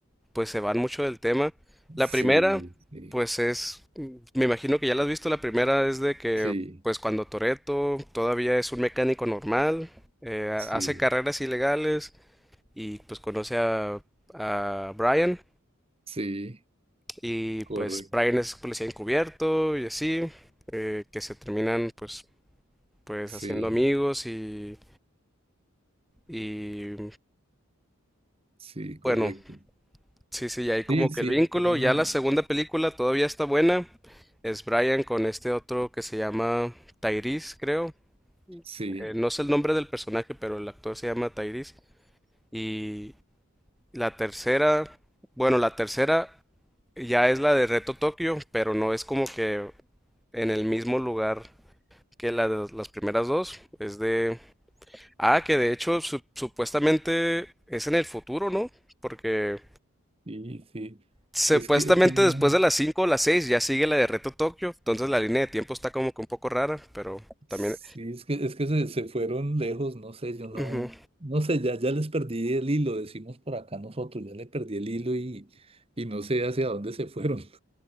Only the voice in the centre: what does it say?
pues se van mucho del tema. La
primera,
pues es, me imagino que ya la has visto, la primera es de que,
pues cuando Toretto todavía es un mecánico normal, eh, ha-
hace carreras ilegales y pues conoce a, a Brian
y
pues Brian es policía encubierto y así, eh, que se terminan pues, pues
haciendo amigos y, y
bueno, Sí, sí, y ahí como
que el vínculo.
Ya la segunda película todavía está buena. Es Brian con este otro que se llama Tyrese, creo.
Eh, no sé el nombre del personaje, pero el actor se llama Tyrese. Y la tercera, bueno, la tercera ya es la de Reto Tokio, pero no es como que en el mismo lugar que la de las primeras dos. Es de... Ah, que de hecho su- supuestamente es en el futuro, ¿no? Porque
Supuestamente
después de las 5 o las 6 ya sigue la de Reto Tokio, entonces la línea de tiempo está como que un poco rara, pero
también...
Ujú.